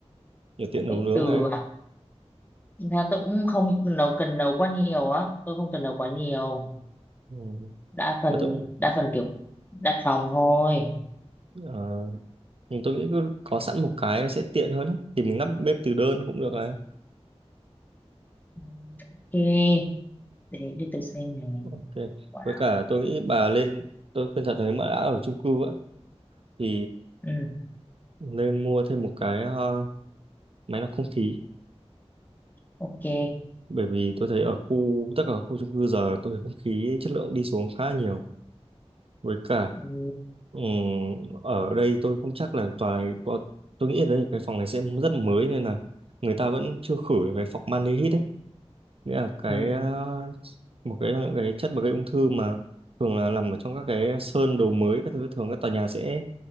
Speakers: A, on the right; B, on the left.
A: để tiện nấu
B: cái
A: nướng
B: từ
A: này
B: à Thật ra tôi cũng không nấu cần nấu quá nhiều á tôi không cần nấu quá nhiều
A: ừ.
B: đa phần
A: mà tôi
B: đa phần kiểu đặt phòng thôi
A: ờ, nhưng tôi nghĩ cứ có sẵn một cái sẽ tiện hơn ấy. thì mình lắp bếp từ đơn cũng được này
B: Ừ, ok để đi tôi xem này
A: Ok.
B: quả
A: Với
B: nào
A: cả tôi nghĩ bà lên tôi khuyên thật nếu mà đã ở chung cư á thì
B: ừ
A: nên mua thêm một cái ờ, máy lọc không khí
B: ok
A: bởi vì tôi thấy ở khu tất cả các khu chung cư giờ tôi thấy không khí chất lượng đi xuống khá là nhiều với cả
B: ừ,
A: ừm, ở đây tôi không chắc là tòa này có tôi nghĩ ở đây cái phòng này sẽ rất mới nên là người ta vẫn chưa khử được cái formaldehyde ấy nghĩa là cái
B: ừ.
A: ờ, một cái những cái chất mà gây ung thư mà thường là nằm ở trong các cái sơn đồ mới các thứ thường các tòa nhà sẽ